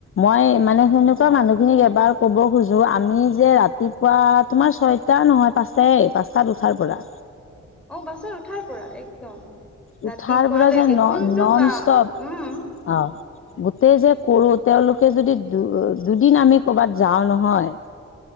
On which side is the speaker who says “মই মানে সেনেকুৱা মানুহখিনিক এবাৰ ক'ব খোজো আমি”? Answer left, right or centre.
Left